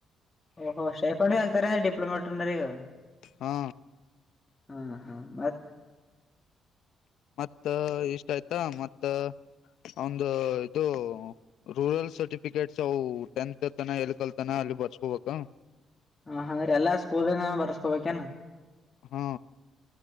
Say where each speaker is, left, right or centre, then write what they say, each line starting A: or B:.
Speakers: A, on the left (about 20°); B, on the left (about 75°).
A: ಓಹ ಶೇಪಣಿ ಅಂತರ ಡಿಪ್ಲೋಮಾಗ. <unintelligible>
B: ಹಾ.
A: ಹಾ ಹಾ ಮತ್ತ್.
B: ಮತ್ತ ಇಷ್ಟ ಆಯ್ತಾ ಮತ್ತ ಅವನ್ದು ಇದು. ರೂಲ್ಸ್ ಸರ್ಟಿಫಿಕೇಟ್ಸ್ ಅವು ಟೆಂತ್ ತ್ತನ ಎಲ್ ಕಲ್ತನ ಅಲ್ಲಿ ಬರ್ಸ್ಕೋಬೇಕ.
A: ಹಾ ಹಂಗಾರ ಎಲ್ಲ ಸ್ಕೂಲಿನವ ಬರ್ಸ್ಕೋಬೇಕೇನ್.
B: ಹಾ.